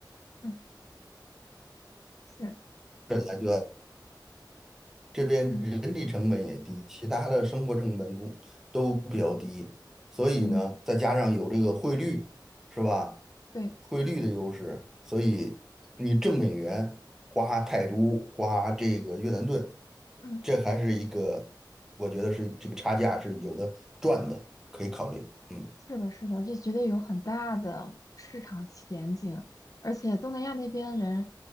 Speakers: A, on the left; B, in the centre.
A: 嗯是，
B: 本来就要。这边人力成本也低，
A: 对
B: 其他的生活成本都都比较低，所以呢，
A: 嗯
B: 再加上有这个汇率，是吧？
A: 对，
B: 汇率的优势，所以你挣美元、花泰铢、花这个越南盾，
A: 嗯
B: 这还是一个，我觉得是这个差价是有的赚的，可以考虑。嗯。
A: 是的，是的，这绝对有很大的市场前景。而且东南亚那边人，